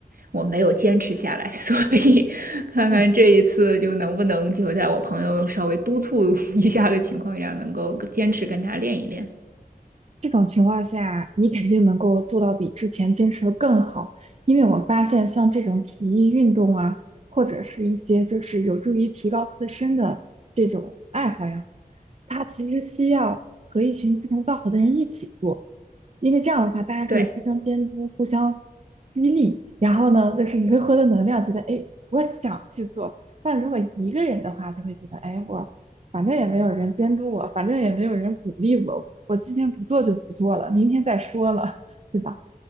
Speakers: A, on the right (about 65°); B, on the right (about 45°).
A: 我没有坚持下来，<laughs> 所以看看这一次就能不能就在我朋友稍微督促
B: 嗯，
A: <laughs> 一下的情况下，能够坚持跟他练一练。
B: 这种情况下，你肯定能够做到比之前坚持的更好，因为我发现像这种体育运动啊，或者是一些就是有助于提高自身的这种爱好也好，它其实需要和一群志同道合的人一起做，因为这样的话，大家可以互相监督、
A: 对，
B: 互相激励，然后呢，就是你会获得能量，觉得哎，我想去做。但如果一个人的话，就会觉得，哎，我反正也没有人监督我，反正也没有人鼓励我，我今天不做就不做了，明天再说了，对吧？